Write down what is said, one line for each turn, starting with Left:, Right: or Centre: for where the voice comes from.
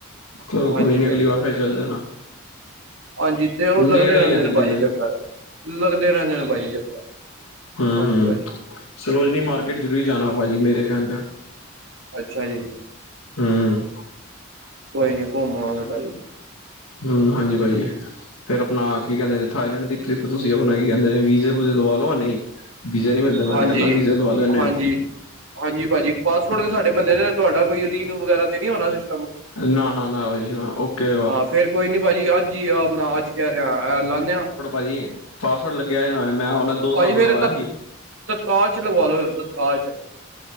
Left: ਚਲੋ
Right: ਹਾਂਜੀ
Left: ਕੋਈ ਨਹੀਂ
Right: ਭਾਜੀ
Left: ਅਗਲੀ ਵਾਰ ਫੇਰ ਚੱਲ ਜਾਣਾ।
Right: ਹਾਂਜੀ ਤੇ ਉਹ
Left: ਨੇੜੇ
Right: ਲੱਗਦੇ ਰਹਿੰਦੇ
Left: ਹੀ ਹੈ ਦਿੱਲੀ
Right: ਨੇ ਭਾਜੀ
Left: ਤੇ
Right: ਚੱਕਰ ਲੱਗਦੇ ਰਹਿੰਦੇ ਨੇ ਭਾਜੀ ਚੱਕਰ।
Left: ਹੂੰ
Right: ਹਾਂਜੀ
Left: ਹੂੰ
Right: ਭਾਜੀ
Left: ਸਰੋਜਨੀ ਮਾਰਕੀਟ ਜ਼ਰੂਰੀ ਜਾਣਾ ਭਾਜੀ ਮੇਰੇ ਕਹਿਣ ਤੇ।
Right: ਅੱਛਾ ਜੀ
Left: ਹੂੰ-ਹੂੰ
Right: ਕੋਈ ਨੀ ਘੁੰਮ ਆਵਾਂਗੇ ਭਾਜੀ।
Left: ਹੂੰ ਹਾਂਜੀ ਭਾਜੀ। ਫੇਰ ਆਪਣਾ ਕੀ ਕਹਿੰਦੇ ਨੇ ਥਾਈਲੈਂਡ ਦੀ ਟਰਿੱਪ ਤੁਸੀਂ ਆਪਣਾ ਕੀ ਕਹਿੰਦੇ ਨੇ ਵੀਜ਼ੇ ਵੂਜੇ ਲਵਾ ਲਓ ਹੁਣੇ ਈ ਵੀਜ਼ੇ ਨਹੀਂ ਮਿਲਦੇ ਮੈਂ
Right: ਹਾਂਜੀ
Left: ਤਾਂ ਕਹਿੰਦਾ ਵੀਜ਼ਾ ਲਵਾ ਲੈਣੇ
Right: ਹਾਂਜੀ
Left: ਹਾਂ।
Right: ਹਾਂਜੀ ਭਾਜੀ ਪਾਸਪੋਰਟ ਤੇ ਸਾਡੇ ਬੰਨੇ ਦੇ ਤੁਹਾਡਾ ਕੋਈ ਰੀਨਿਊ ਵਗੈਰਾ ਤੇ ਨਹੀਂ ਹੋਣਾ ਕੁਛ
Left: ਨਾ, ਨਾ, ਨਾ, ਬਾਈ ਜੀ ਓਕੇ।
Right: ਹਾਂ ਫੇਰ ਕੋਈ ਨੀ ਭਾਜੀ ਅੱਜ ਹੀ ਆਪਣਾ ਅੱਜ ਕਹਿ ਰਿਹਾ ਲਾਣੇ ਹਾਂ।
Left: ਫ੍ਰੀ ਆ ਪਾਸਵਰਡ ਲੱਗਿਆ ਹੋਇਆ ਸੀ, ਮੈਂ ਦੋ
Right: ਭਾਜੀ
Left: ਸਾਲ
Right: ਫੇਰ
Left: ਦਾ ਲਵਾਇਆ
Right: ਤ
Left: ਸੀ।
Right: ਤਤਕਾਲ 'ਚ ਲਗਵਾ ਲੋ ਫਿਰ ਤਤਕਾਲ 'ਚ।